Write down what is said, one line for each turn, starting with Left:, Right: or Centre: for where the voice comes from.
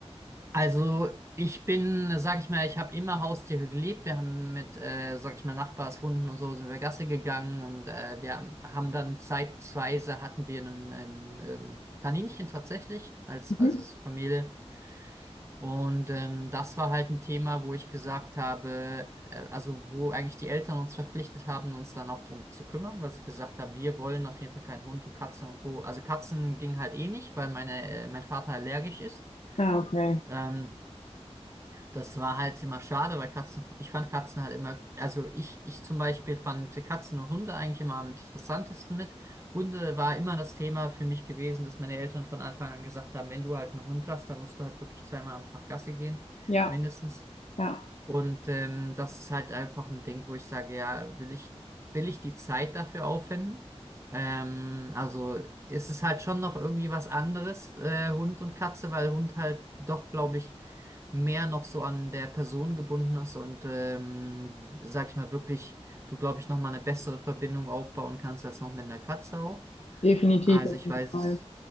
Right: also ich bin, sag ich mal, ich habe immer Haustiere geliebt. Wir haben mit, äh, sag ich mal, Nachbarshunden und so sind wir Gassi gegangen und äh, wir haben haben dann zeitweise hatten wir einen, einen ähm, Kaninchen tatsächlich als,
Left: Mhm.
Right: als Familie. Und ähm, das war halt ein Thema, wo ich gesagt habe, äh, also wo eigentlich die Eltern uns verpflichtet haben, uns dann auch drum zu kümmern, weil sie gesagt haben, wir wollen auf jeden Fall keinen Hund und Katzen und Co. Also Katzen ging halt eh nicht, weil meine, äh, mein Vater allergisch ist.
Left: Ah, okay.
Right: Ähm, das war halt immer schade, weil Katzen, ich fand Katzen halt immer, also ich, ich zum Beispiel fand Katzen und Hunde eigentlich immer am interessantesten mit. Hunde war immer das Thema für mich gewesen, dass meine Eltern von Anfang an gesagt haben, wenn du halt einen Hund hast, dann musst du halt wirklich zweimal am Tag Gassi gehen,
Left: Ja,
Right: mindestens.
Left: ja,
Right: Und ähm, das ist halt einfach ein Ding, wo ich sage, ja, will ich, will ich die Zeit dafür aufwenden? Ähm, also ist es halt schon noch irgendwie was anderes, äh, Hund und Katze, weil Hund halt doch, glaube ich, mehr noch so an der Person gebunden ist und, ähm, sag ich mal, wirklich, du, glaube ich, nochmal eine bessere Verbindung aufbauen kannst als noch mit einer Katze auch.
Left: definitiv
Right: Also
Left: auf
Right: ich
Left: jeden
Right: weiß
Left: Fall.
Right: es,